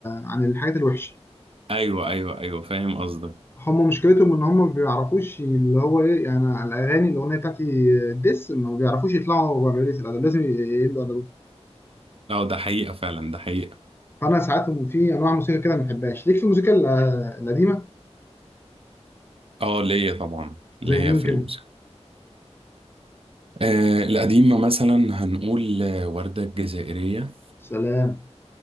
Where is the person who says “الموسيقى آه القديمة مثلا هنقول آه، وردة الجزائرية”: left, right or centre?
Right